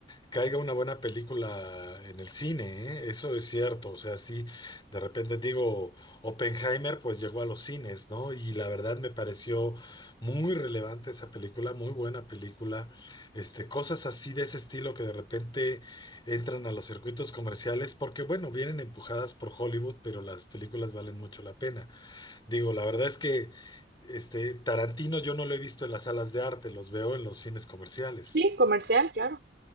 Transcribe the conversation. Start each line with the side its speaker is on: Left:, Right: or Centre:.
Left: caiga una buena película en el cine, ¿eh? Eso es cierto, o sea, sí, de repente digo, Oppenheimer pues llegó a los cines, ¿no? Y la verdad me pareció muy relevante esa película, muy buena película, este, cosas así de ese estilo que de repente entran a los circuitos comerciales porque, bueno, vienen empujadas por Hollywood, pero las películas valen mucho la pena. Digo, la verdad es que este Tarantino yo no lo he visto en las salas de arte, los veo en los cines comerciales.
Right: Sí, comercial, claro.